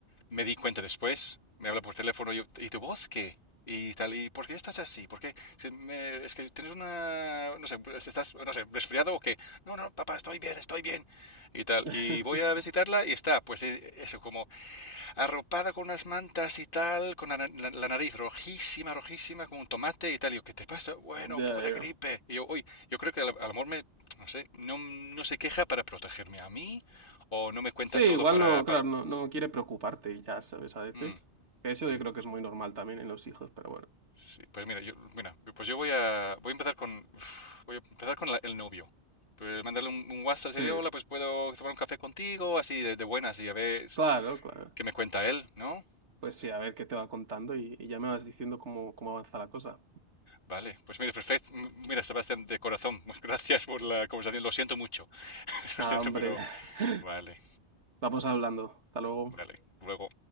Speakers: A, on the left (about 50°); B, on the right (about 85°).
A: me di cuenta después, me habla por teléfono, y yo, ¿y tu voz qué? Y tal, ¿y por qué estás así? ¿Por qué? Es que, me- es que tienes una, no sé, pues, estás, no sé, resfriado o qué. No, no, papá, estoy bien, estoy bien. Y tal,
B: <laughs>
A: y voy a visitarla y está, pues eh, eso, como arropada con unas mantas y tal, con la, la- la nariz rojísima, rojísima, como un tomate y tal. Y yo, ¿qué te pasa? Bueno,
B: Ya,
A: un poco de
B: ya.
A: gripe. Y yo, uy, yo creo que al, al amor me, no sé, no, no se queja para protegerme a mí o no me cuenta
B: Sí, igual
A: todo para,
B: no,
A: para...
B: claro, no, no quiere preocuparte y ya, ¿sabes? A veces.
A: Mm,
B: Que eso
A: bueno,
B: yo creo que es muy normal también en los hijos, pero bueno.
A: sí, pues mira, yo, mira, pues yo voy a, voy a empezar con, uf, voy a empezar con la- el novio. Pues mandarle un, un WhatsApp,
B: Sí,
A: decirle, hola, pues puedo tomar un café contigo, así de, de buenas y a ver
B: claro, claro.
A: qué me cuenta él, ¿no?
B: Pues sí, a ver qué te va contando y, y ya me vas diciendo cómo, cómo avanza la cosa.
A: Vale, pues mire, perfecto. M- Mira, Sebastián, de corazón, <laughs> gracias por la conversación. Lo siento mucho, <laughs> lo
B: Nada,
A: siento,
B: hombre,
A: pero
B: <laughs>
A: vale,
B: vamos hablando. Hasta luego.
A: vale. Luego.